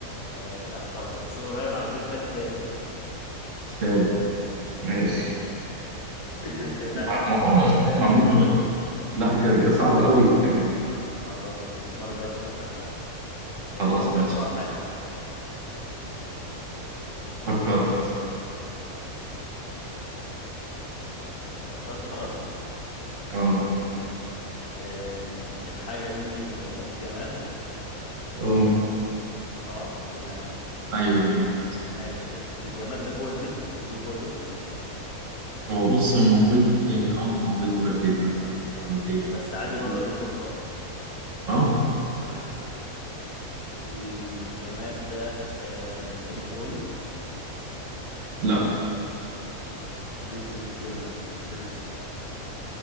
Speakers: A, on the left (about 80°); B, on the right (about 55°).
A: آه لا غلط بس قريب على فكرة كتاب
B: كتاب ماشي
A: <laughs> هي فعلا
B: ما
A: ممكن
B: ما هو
A: صعبة
B: مش
A: شوية
B: معمول
A: بس
B: لا ك- صعب قوي كمان
A: خلاص ماشي المرة الجاية أفكر في حاجة سهلة آه،
B: خلاص
A: فكر
B: ماشي
A: أنت بقى في حاجة
B: فكرت
A: فكرت خلاص
B: اه
A: ماشي آم، الحاجة دي آه، جماد
B: اه
A: أه تمام
B: ايوه يا جماعه
A: ماشي ال- الجماد ده جوه البيت موجود جوه البيت
B: هو بص هو موجود في اه موجود جوه البيت مثلا وبره البيت
A: بس عادي
B: موجود
A: بره البيت برضه طبعا
B: اه
A: تمام الجماد ده آم، إلكتروني
B: لا
A: مش إلكتروني ماشي